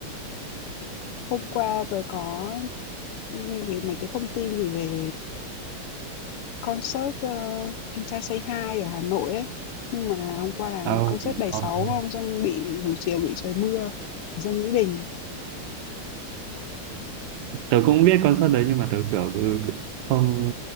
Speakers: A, on the left; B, on the right.
A: hôm qua tớ có nghe cái mấy cái thông tin gì về Concert, ơ, Anh Trai Say Hi ở Hà Nội ấy, nhưng mà hôm qua là
B: à,
A: concert Đầy
B: có,
A: Sóng
B: có.
A: không? Xong bị buổi chiều bị trời mưa, xong Mỹ Đình
B: tớ cũng biết concert đấy nhưng mà tớ kiểu ừ, không